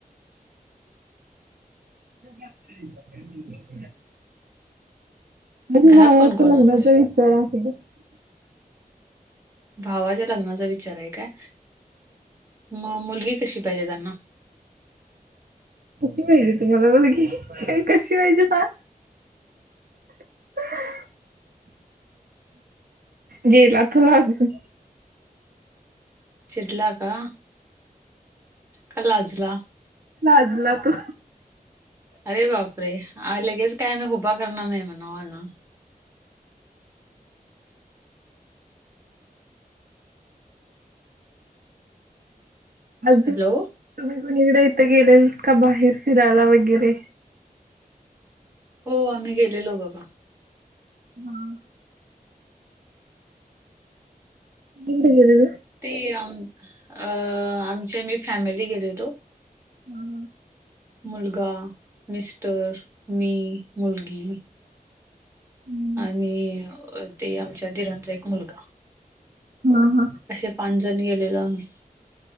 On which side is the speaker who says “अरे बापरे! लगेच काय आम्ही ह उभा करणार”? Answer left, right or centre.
Right